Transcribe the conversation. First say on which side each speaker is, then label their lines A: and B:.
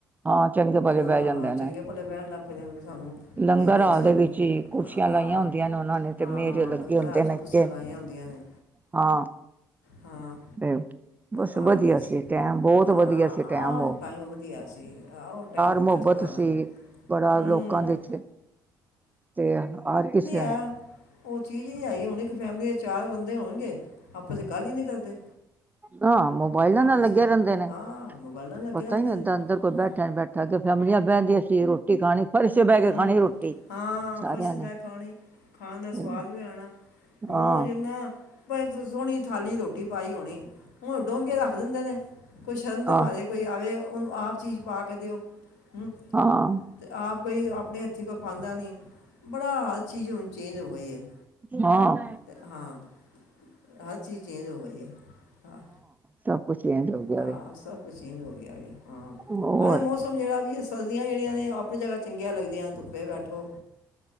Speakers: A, on the right; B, on the left.
A: ਹਾਂ, ਚੰਗੇ
B: ਉਹਨਾਂ
A: ਪਾਜੇ ਬਹਿ
B: ਨੂੰ ਹਾਂ
A: ਜਾਂਦੇ ਨੇ।
B: ਚੰਗੇ ਭਲੇ ਬਹਿਣ ਲੱਗ ਪਏ ਨੇ ਵੀ ਸਾਨੂੰ
A: ਲੰਗਰ
B: ਇਹ ਗੋਡੇ
A: ਹਾਲ
B: ਦਾ
A: ਦੇ
B: ਮ-
A: ਵਿੱਚ ਹੀ ਕੁਰਸੀਆਂ ਲਾਈਆਂ
B: ਹਾਂ
A: ਹੁੰਦੀਆਂ ਨੇ ਉਹ ਨੇ
B: ਹਾਂ
A: ਤੇ ਮੇਜ ਲੱਗੇ
B: ਲੰਗਰ
A: ਹੁੰਦੇ
B: ਹਾਲ 'ਚ
A: ਨੇ
B: ਕੁਰਸੀਆਂ
A: ਅੱਗੇ,
B: ਲਾਈਆਂ ਹੁੰਦੀਆਂ ਨੇ
A: ਹਾਂ।
B: ਹਾਂ
A: ਤੇ ਬੱਸ
B: ਆ
A: ਵਧੀਆ
B: ਦੇ
A: ਸੀ ਟੈਮ ਬਹੁਤ
B: ਹਾਂ
A: ਵਧੀਆ ਸੀ
B: ਆਹ
A: ਟੈਮ
B: ਉਹ
A: ਓ
B: ਟਾਈਮ ਵਧੀਆ ਸੀ, ਆਹੋ! ਟਾਈਮ ਮੁੜ
A: ਮੁਹੱਬਤ
B: ਕੇ ਥੋੜ੍ਹਾ ਆਣਾ।
A: ਸੀ ਬੜਾ
B: ਹਮ
A: ਲੋਕਾਂ ਦੇ ਚ ਤੇ ਹਰ ਕਿਸਛ
B: ਆ ਉਹ ਚੀਜ਼ ਨਹੀ ਹੈਗੀ ਹੁਣ ਇੱਕ ਫੈਮਲੀ ਦੇ ਚਾਰ ਬੰਦੇ ਹੋਣਗੇ। ਆਪਸ ਚ ਗੱਲ ਹੀ ਨਹੀ ਕਰਦੇ।
A: ਹਾਂ, ਮੋਬਾਇਲਾ ਨਾਲ
B: ਆਪਸ
A: ਲੱਗੇ
B: ਵਿੱਚ
A: ਰਹਿੰਦੇ ਨੇ।
B: ਹਾਂ ਮੋਬਾਈਲਾਂ ਨਾਲ ਲੱਗੇ
A: ਪਤਾ
B: ਰਹਿੰਦੇ
A: ਹੀ ਨਹੀਂ
B: ਨੇ
A: ਦਾਂ ਅੰਦਰ ਕੋਈ
B: ਹਾਂ
A: ਬੈਠਾ ਨੀ ਬੈਠਾ ਅੱਗੇ ਫੈਮਲੀਆਂ ਬਹਿੰਦੀਆਂ ਸੀ ਰੋਟੀ ਖਾਣੀ ਫਰਸ਼ ਤੇ ਬਹਿ ਕੇ
B: ਹਮ!
A: ਖਾਣੀ ਰੋਟੀ
B: ਹਾਂ
A: ਸਾਰਿਆਂ
B: ਫਸਦਾ
A: ਨੇ
B: ਖਾਣੀ -ਖਾਣ ਦਾ
A: ਤੇ
B: ਸਵਾਦ ਵੀ ਆਉਣਾ। ਹੁ
A: ਹਾਂ
B: ਜਿੰਨਾ ਸੋਹਣੀ ਥਾਲੀ ਰੋਟੀ ਪਾਈ ਹੋਣੀ ਹੁਣ ਡੋਂਗੇ ਰੱਖ ਦਿੰਦੇ ਨੇ ਕੋਈ ਸ਼ਰਮ ਦੇ
A: ਆਹ
B: ਮਾਰੇ ਕੋਈ ਆਵੇ ਉਹਨੂੰ ਆਪ ਚੀਜ਼ ਪਾ ਕੇ ਦਿਓ। ਹੂੰ
A: ਹਾਂ।
B: ਤੇ ਆਪ ਕੋਈ ਆਪਣੇ ਹੱਥੀਂ ਕੋਈ ਪਾਉਂਦਾ ਨੀ। ਬੜਾ ਚੀਜ਼ ਹੁਣ ਚੇਂਜ ਹੋ ਗਈ ਹੈ
A: ਹਾਂ
B: ਤੇ ਹਾਂ। ਹਰ ਚੀਜ਼ ਚੇਂਜ ਹੋ ਗਈ ਹੈ। ਹਾਂ-
A: ਸਭ ਕੁਛ ਚੇਂਜ ਹੋ ਗਿਆ
B: ਹਾਂ
A: ਵੇ
B: ਸਭ ਕੁਛ ਚੇਂਜ ਹੋ ਗਿਆ ਵੇ। ਹਾਂ,
A: ਹੋਰ
B: ਅਰੇ ਮੌਸਮ ਜਿਹੜਾ ਵੀ ਏ ਸਰਦੀਆਂ ਜਿਹੜੀਆਂ ਨੇ ਆਪਣੀ ਜਗ੍ਹਾ ਚੰਗੀਆਂ ਲੱਗਦੀਆਂ। ਧੁੱਪੇ ਬੈਠੋ